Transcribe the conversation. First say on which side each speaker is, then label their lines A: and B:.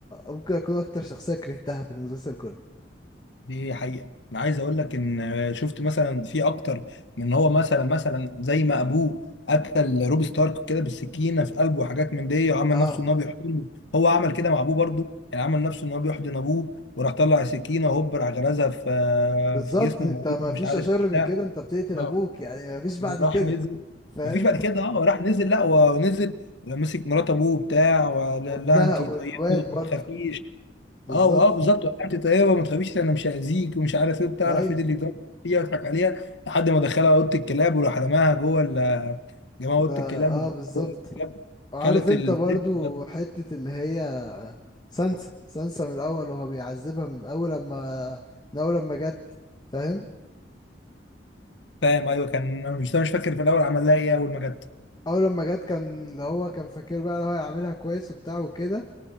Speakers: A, on the left; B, on the left.
A: ممكن اكون اكتر شخصية كرهتها في المسلسل كله
B: دي حقيقة انا عايز اقول لك ان شفت مثلا في اكتر من ان هو مثلا مثلا زي ما ابوه قتل روب ستارك كده بالسكينة في قلبه وحاجات من دي وعمل
A: اه
B: نفسه ان هو بيحضنه هو عمل كده مع ابوه برضه يعني عمل نفسه ان هو بيحضن ابوه وراح طلع السكينة وهوب راح غرزها في
A: بالظبط
B: في جسمه
A: انت
B: وموته
A: ما
B: مش
A: فيش
B: عارف
A: اشر من
B: بتاع
A: كده انت بتقتل
B: اه
A: ابوك يعني ما فيش بعد
B: وراح
A: كده
B: نزل
A: فاهم
B: مفيش بعد كده اه راح نزل لا ونزل مسك مرات ابوه بتاع ولا
A: <laughs> وابنها
B: لا انت طيبه
A: والواد برضو
B: ما تخافيش
A: بالظبط
B: اه اه بالظبط وقعت طيبه وما تخافيش انا مش هاذيك ومش عارف ايه وبتاع
A: ايوه
B: راح فضل اللي يجرب فيها ويضحك عليها لحد ما دخلها اوضه الكلاب وراح رماها جوه ال- جماعه
A: ده
B: اوضه الكلاب
A: اه بالظبط
B: والكلاب
A: وعارف
B: كلت
A: انت
B: الست
A: برضو
B: <laughs>
A: حتة اللي هي سانسا سانسا من الاول وهو بيعذبها من اول لما من اول لما جت فاهم
B: فاهم ايوه كان أنا مش مش فاكر في الاول عمل لها ايه اول ما جت
A: اول لما جت كان اللي هو كان فاكر بقى اللي هو هيعملها كويس وبتاع وكده